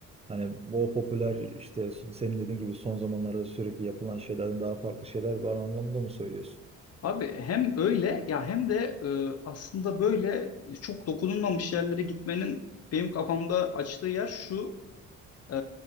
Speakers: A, on the right (about 20°); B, on the left (about 55°).
A: hani o popüler işte senin dediğin gibi son zamanlarda sürekli yapılan şeylerden daha farklı şeyler var anlamında mı söylüyorsun?
B: Abi hem öyle ya hem de e, aslında böyle çok dokunulmamış yerlere gitmenin benim kafamda açtığı yer şu. e,